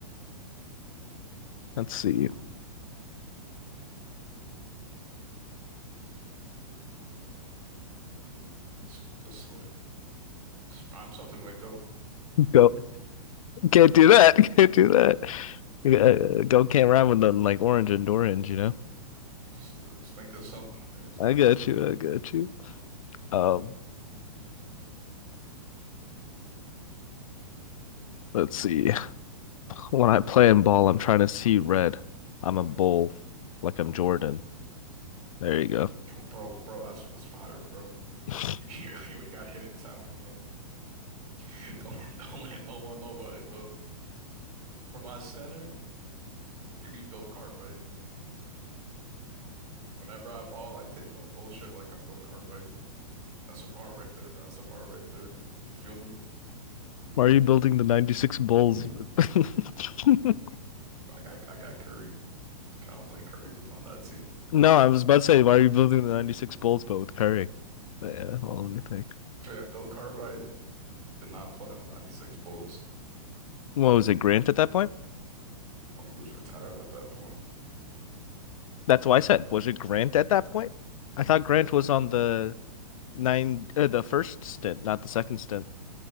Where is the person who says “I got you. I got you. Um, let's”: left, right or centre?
Left